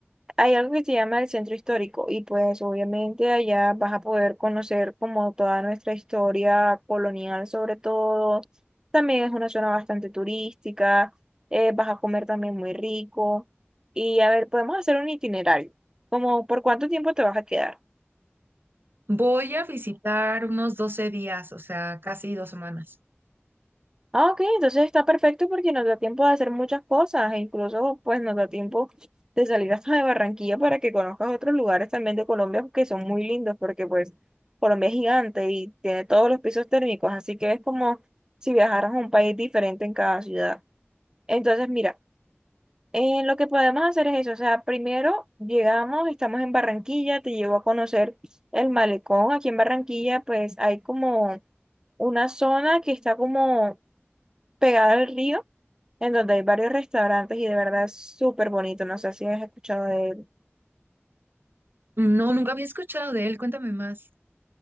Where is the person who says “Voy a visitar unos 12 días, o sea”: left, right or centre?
Right